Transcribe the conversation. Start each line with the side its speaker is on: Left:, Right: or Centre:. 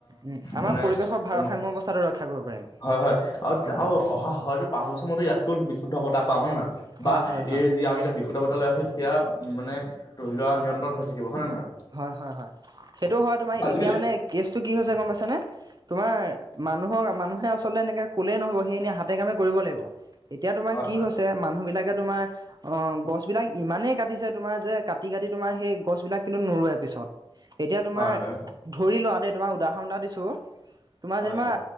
Right: উম আমাৰ
Left: মানে
Right: পৰিৱেশৰ ভাৰসাম্য
Left: তমাৰ
Right: অৱস্থাটো ৰক্ষা কৰিব পাৰিম
Left: হয় হয় আৰু
Right: অঁ
Left: আৰু অহা হয়তো প অসমত ইয়াতকৈ বিশুদ্ধ বতাহ পা হয় নে নহয় বা
Right: হয় হয় হয়
Left: এই যি আমি এটা বিশুদ্ধ বতা লৈ আছো সেয়া উ মানে ধৰি লোৱা নিয়ন্ত্ৰণ হৈ থাকিব হয় ন নে নহয়
Right: হয় হয় হয় সেইটো হয় তোমাৰ
Left: আজিকালি
Right: এতিয়া মানে কেচটো কি হৈছে গম পাইছ নে তোমাৰ মানুহক মানুহে আচলতে এনেকে কলেই নহব সেইখিনি হাতে কামে কৰিব লাগিব এতিয়া তোমাৰ
Left: হয়
Right: কি
Left: হয়
Right: হৈছে মানুহ বিলাকে তোমাৰ অ গছ বিিলাক ইমানেই কাটিছে তোমাৰ যে কাটি কাটি তোমাৰ সেই গছ বিিলাক কিন্তু নোৰোৱে পিছত এতিয়া তোমাৰ
Left: হয় হয়
Right: ধৰি লোৱা দেই তোমাৰ উদাহৰণ এটা দিছো তোমাৰ যেনিবা
Left: হয়